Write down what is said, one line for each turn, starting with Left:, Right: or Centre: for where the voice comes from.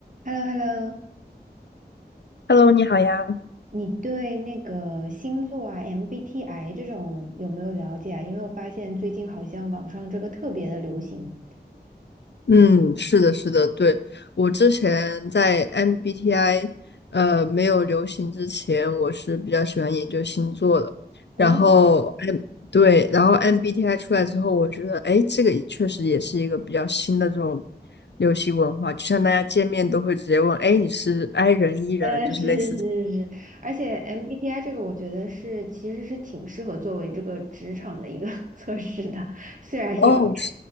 Right: h e l l o h e l l o
Left: Hello，你好呀。
Right: 你对那个星座啊、MBTI 这种有没有了解啊？因为我发现最近好像网上这个特别的流行。
Left: 嗯，是的，是的，对，我之前在 MBTI 呃没有流行之前，我是比较喜欢研究星座的。
Right: 哦，
Left: 然后
Right: <laughs>
Left: M 对，然后 MBTI 出来之后，我觉得哎，这个也确实也是一个比较新的这种流行文化，就像大家见面都会直接问，哎，你是 I 人 E 人，
Right: 呃，
Left: 就是类似这。
Right: 是是是是，而且 MBTI 这个我觉得是其实是挺适合作为这个职场的一个 <laughs> 测试的，虽然有点，
Left: 哦，